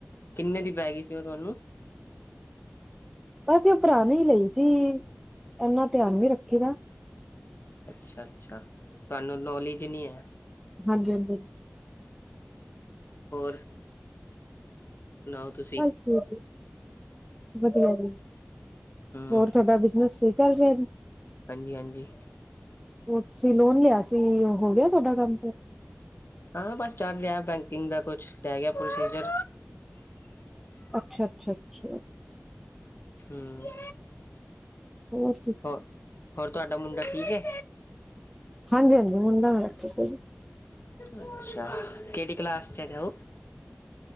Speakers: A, on the left; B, in the centre.
A: ਕਿੰਨੇ ਦੀ ਪੈ ਗਈ ਸੀ। ਓ ਤੁਹਾਨੂੰ
B: ਬਸ ਜੀ ਓ ਪੁਰਾਨੀ ਲਈ ਜੀ। ਇਨਾ ਧਿਆਨ ਨੀ ਰੱਖੀ ਦਾ।
A: ਅੱਛਾ-ਅੱਛਾ ਤੁਹਾਨੂੰ ਨੌਲੇਜ ਨਈ ਐ।
B: ਹਾਂਜੀ-ਹਾਂਜੀ।
A: ਹੋਰ। ਸੁਣਾਓ ਤੁਸੀਂ
B: ਹਾਜੀ ਜੀ ਵਧੀਆ ਜੀ।
A: ਹੂੰ
B: ਹੋਰ ਤੁਹਾਡਾ ਬਿਜਨਸ ਸਈ ਚਲ ਰਿਹਾ ਜੀ।
A: ਹਾਂਜੀ-ਹਾਂਜੀ।
B: ਓ ਤੁਸੀਂ ਲੋਨ ਲਿਆ ਸੀ। ਓ ਹੋ ਗਿਆ ਤੁਹਾਡਾ ਕੰਮ ਫਿਰ
A: ਹਾਂ ਬਸ ਚੱਲ ਰਿਹਾ ਬੈਂਕਿੰਗ ਦਾ ਕੁਛ ਰਹਿ ਗਿਆ ਪ੍ਰੋਸੀਜਰ।
B: ਅੱਛਾ-ਅੱਛਾ, ਅੱਛਾ।
A: ਹੂੰ।
B: ਹੋਰ।
A: ਹੋ ਹੋਰ ਤੁਹਾਡਾ ਮੁੰਡਾ ਠੀਕ ਆ।
B: ਹਾਂਜੀ-ਹਾਂਜੀ ਮੁੰਡਾ ਮੇਰਾ, ਠੀਕ ਆ
A: ਅੱਛਾ, ਕਿਹੜੀ ਕਲਾਸ 'ਚ ਹੈਗਾ ਓ।